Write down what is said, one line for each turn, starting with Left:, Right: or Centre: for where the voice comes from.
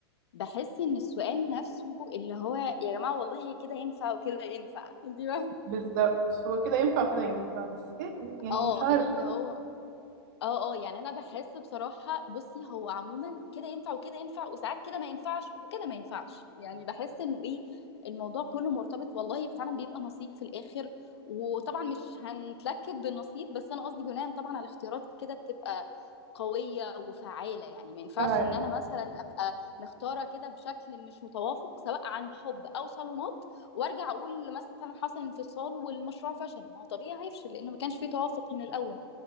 Left: بحس ان السؤال نفسه اللي هو يا جماعه والله كده ينفع وكده ينفع انت فاهمه
Right: بالظبط هو كده ينفع وكده ينفع بس ايه يعني
Left: اه
Right: مش عارفه
Left: اللي
Right: مش
Left: هو اه اه يعني انا بحس بصراحه بصي هو عموما كده ينفع وكده ينفع وساعات كده ما ينفعش وكده ما ينفعش يعني بحس انه ايه الموضوع كله مرتبط والله فعلا بيبقى نصيب في الاخر وطبعا مش هنتلكك بالنصيب بس انا قصدي بناء طبعا على اختيارات كده بتبقى قويه وفعاله يعني ما ينفعش
Right: عارفة.
Left: ان انا مثلا ابقى مختاره كده بشكل مش متوافق سواء عن حب او صالونات وارجع اقول مثلا حصل انفصال والمشروع فشل ما هو طبيعي هيفشل لانه ما كانش فيه توافق من الاول